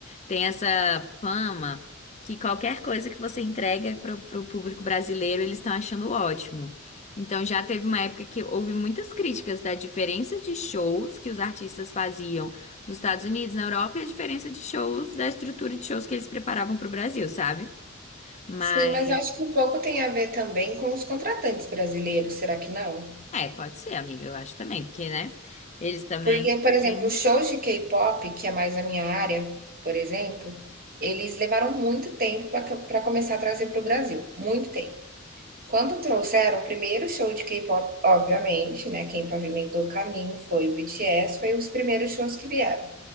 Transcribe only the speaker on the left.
tem essa fama que qualquer coisa que você entrega para o público brasileiro, eles estão achando ótimo. Então já teve uma época que houve muitas críticas da diferença de shows que os artistas faziam nos Estados Unidos, na Europa, e a diferença de shows, da estrutura de shows que eles preparavam para o Brasil, sabe? mas
É, pode ser, amiga, eu acho também, porque, né? Eles também.
Uhum.